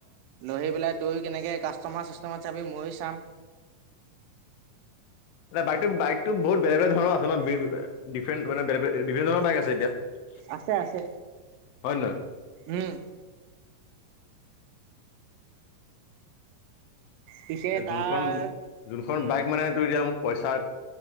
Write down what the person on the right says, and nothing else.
লৈ আহি পেলাই তইয়ো কেনেকে কাষ্টমাৰ চাষ্টমাৰ চাবি, ময়ো চাম।
আছে আছে
উম পিছে
তাৰ
উম